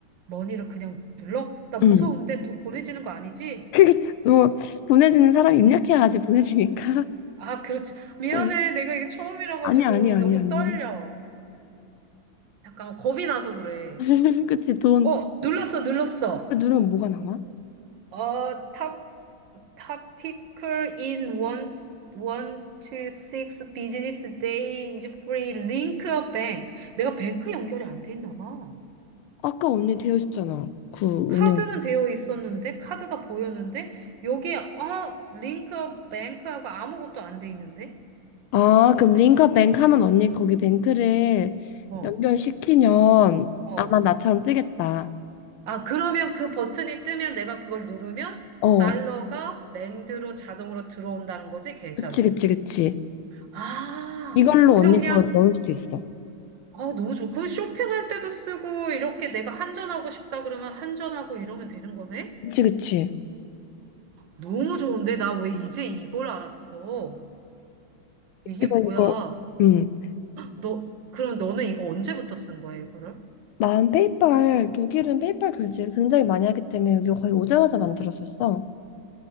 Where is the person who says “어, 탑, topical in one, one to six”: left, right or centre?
Right